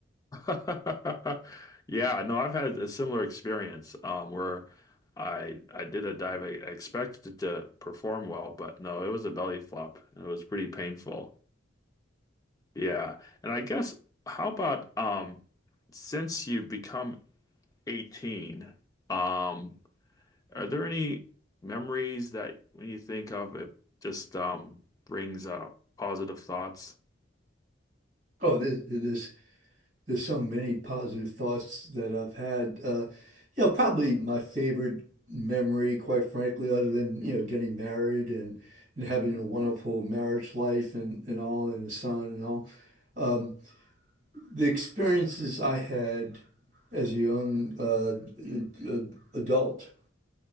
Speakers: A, on the left (about 20°); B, on the right (about 40°).
A: <laughs> Yeah, no, I've had a similar experience um, where I I did a dive. I I expected it to perform well, but no, it was a belly flop, and it was pretty painful. Yeah, and I guess how about um, since you've become 18, um, are there any memories that when you think of it just um, brings up positive thoughts?
B: Oh, this this there's so many positive thoughts that I've had. Uh, you know, probably my favorite memory, quite frankly, other than, you know, getting married and and having a wonderful marriage life and and all and a son and all. Um, the experiences I had as a young uh, ad- ad- adult